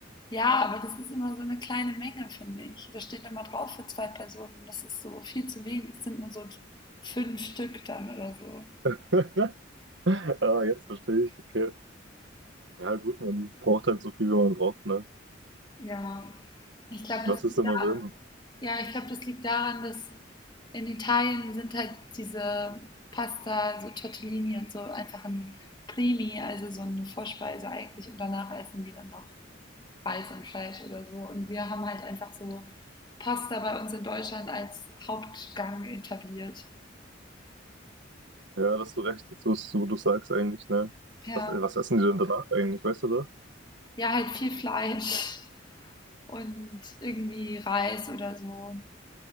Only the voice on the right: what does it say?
<laughs> Ah, jetzt verstehe ich, okay. Ja, gut, man braucht halt so viel, wie man braucht, ne?
Was
ist
denn
da drin?
Ja, da hast du recht, jetzt, wo es- wo du sagst eigentlich, ne?
Was, äh, was essen die denn danach eigentlich, weißt du das?